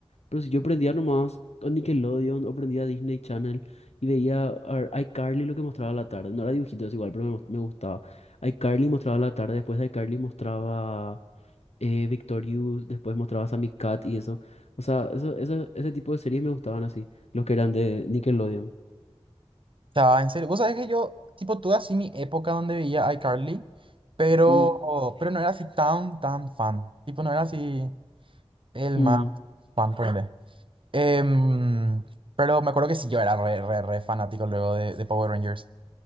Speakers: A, on the left; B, on the right.
A: Pero si yo prendía nomás o Nickelodeon o prendía Disney Channel y veía ar- iCarly lo que mostraba a la tarde. No era dibujitos igual, pero me, mos- me gustaba. iCarly mostraba a la tarde, después de iCarly mostraba eh, Victorious, después mostrabas a Cat y eso. O sea, eso, eso- ese tipo de series me gustaban así, los que eran de Nickelodeon.
B: O sea, en serio, vos sabés que yo, tipo, tuve así mi época donde veía iCarly, pero,
A: Mm,
B: pero no era así tan, tan fan. Tipo, no era así el
A: mm,
B: más fan, por Em, pero me acuerdo que sí, yo era re, re, re fanático luego de, de Power Rangers.